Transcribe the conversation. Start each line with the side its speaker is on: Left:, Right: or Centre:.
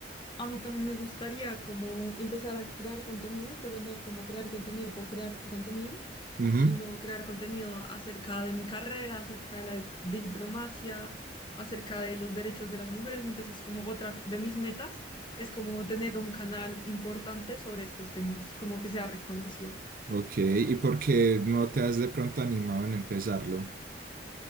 Left: A mí también me gustaría como empezar a crear contenido, pero no como crear contenido por crear contenido,
Right: Ujú.
Left: sino crear contenido acerca de mi carrera, acerca de la di- diplomacia, acerca de los derechos de las mujeres. Entonces, como otra de mis metas es como tener un canal importante sobre estos temas, como que sea reconocido.
Right: Ok, ¿y por qué no te has de pronto animado en empezarlo?